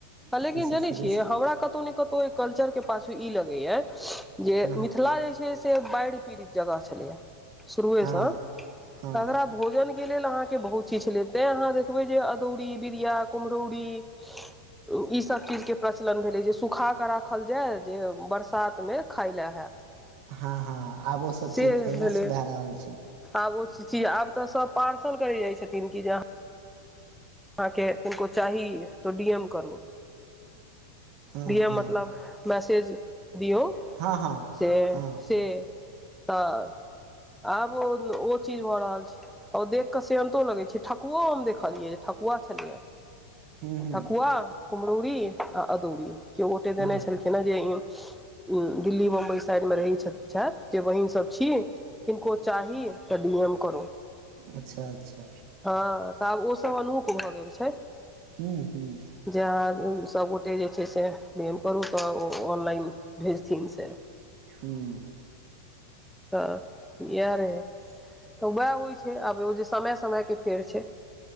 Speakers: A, on the right; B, in the centre.
A: तऽ
B: लेकिन
A: ईसभ
B: जानै
A: शुरूसँ
B: छियै हमरा कतहु ने कतहु कल्चरके पाछु ई लगइहे जे
A: हँ हँ
B: मिथिला जे छै से बाढ़ि पीड़ित जगह छलै शुरूवे
A: हँ
B: सँ
A: हँ
B: तगरा भोजन अहाँके बहुत चीज छलै तैँ अहाँ देखबै जे अदौरी बिरिया कुम्हरौरी <unintelligible> ईसभ चीजके प्रचलन भेलै जे सुखा कऽ राखल जाय जे बरसातमे खाय ले हैत
A: हँ हँ आब ओसभ
B: से
A: चीज फेमस
B: भेलै
A: भए रहल छै
B: आब ओ चीज आब तऽ सब पार्सल करै जाइ छथिन कि जाँ अहाँके किनको चाही तो डी एम करू
A: हँ
B: डी एम
A: हँ
B: मतलब मैसेज दियऔ
A: हँ हँ
B: से
A: हँ
B: से तऽ आब ओ ओ चीज भऽ रहल छै ओऔर देख केऽ सेहंतो लगै छै ठकुओ हम देखलियै ठकु पुआ छलियै
A: ह्म्म
B: ठकुआ,
A: ह्म्म
B: कुमरौरी आ अदौरी। क्यो गोटे देने
A: हँ
B: छलखिन हे जे ई दिल्ली बम्बइ साइडमे रहै छथि जे बहिनसभ छी किनको चाही तऽ डी एम करो
A: अच्छा अच्छा
B: हँ तऽ ओ सब अनु प भऽ गेल छैय।
A: ह्म्म ह्म्म
B: जे अहाँ सबगोटे जे छैय से डी- एम करू त ऑनलाइन भेजथिन से।
A: हूँ।
B: त यएह रहय। तऽ वएह होइ छैय आब ओ जे समय- समय के फेडर छैय